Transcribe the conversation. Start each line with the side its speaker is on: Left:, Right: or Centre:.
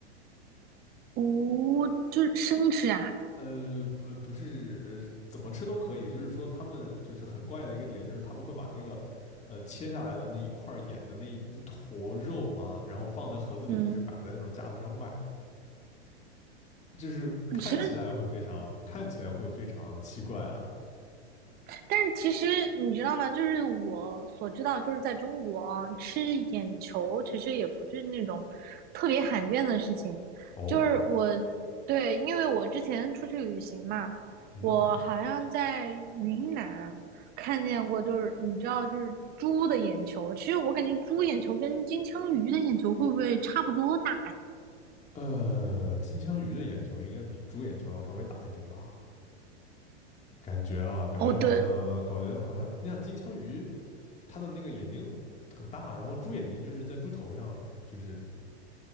Right: 无就是生吃啊。
Left: 呃，不，不是，呃，怎么吃都可以。就是说，他们就是很怪的一个点，就是他们会把那个，呃，切下来的那一块眼的那一坨肉嘛，然后放在盒子里，
Right: 嗯，
Left: 就是摆在那种架子上卖，就是看起来会非常，
Right: 其实
Left: 看起来会非常奇怪啊。
Right: 但是其实你知道吗？就是我所知道，就是在中国啊吃眼球其实也不是那种特别罕见的事情。
Left: 哦，
Right: 就是我对，因为我之前出去旅行嘛，
Left: 嗯，
Right: 我好像在云南看见过，就是你知道，就是猪的眼球。其实我感觉猪眼球跟金枪鱼的眼球会不会差不多大？
Left: 呃，金枪鱼的眼球应该比猪眼球要稍微大一点吧？感觉啊，感觉好像，
Right: 哦，对，
Left: 感觉好像，你想金枪鱼，它的那个眼睛很大，然后猪眼睛就是在猪头上，就是